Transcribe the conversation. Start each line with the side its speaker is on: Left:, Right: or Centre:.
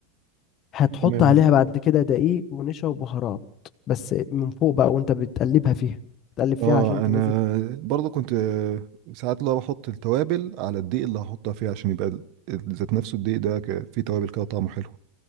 Left: هتحط
Right: تمام
Left: عليها بعد كده دقيق ونشا وبهارات بس من فوق بقى وانت بتقلبها فيها بتقلب فيها
Right: اه
Left: عشان
Right: انا
Left: تنزل
Right: برضه كنت آه، ساعات لو بحط التوابل على الدقيق اللي هحطها فيه عشان يبقى ال- ال- ذات نفسه الدقيق ده ك- فيه توابل كده طعمه حلو